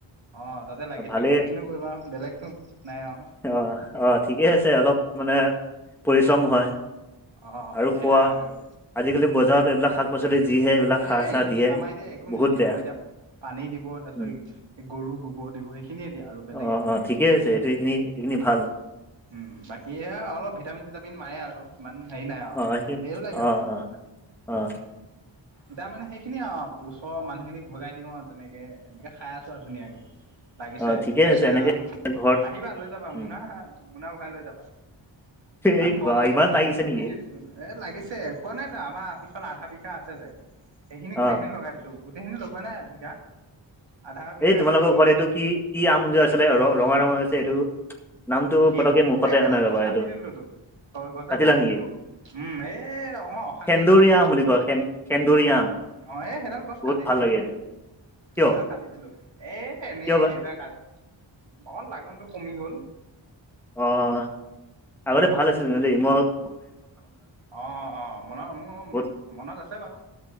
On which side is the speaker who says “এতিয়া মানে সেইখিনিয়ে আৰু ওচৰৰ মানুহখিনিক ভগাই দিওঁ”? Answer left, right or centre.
Right